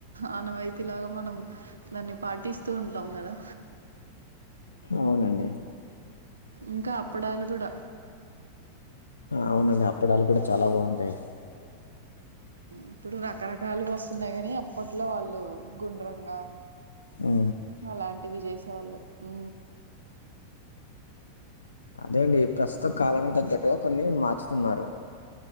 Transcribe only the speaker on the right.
ఆనవాయితీ లాగా మనం. దాన్ని పాటిస్తూ ఉంటాం కదా..
ఇంకా అప్పడాలు కూడా.
ఇప్పుడు రకరకాలుగా వస్తున్నాయి కాని, అప్పట్లో వాళ్ళు గుండ్రంగా.
అలాంటివి చేసే వాళ్ళు. ఉ